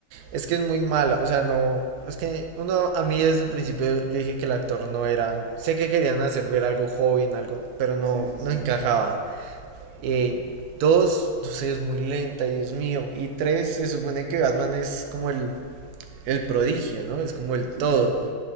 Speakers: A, on the right; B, on the right.
A: Es que es muy mala, o sea, no... Es que uno, a mí desde el principio yo dije que el actor no era... Sé que querían hacer ver algo joven, algo, pero no,
B: Sí, sí,
A: no
B: sí,
A: encajaba. Eh, dos, no sé, es muy lenta, Dios mío. Y tres, se supone que Batman es como el, el prodigio, ¿no? Es como el todo.
B: sí, sí.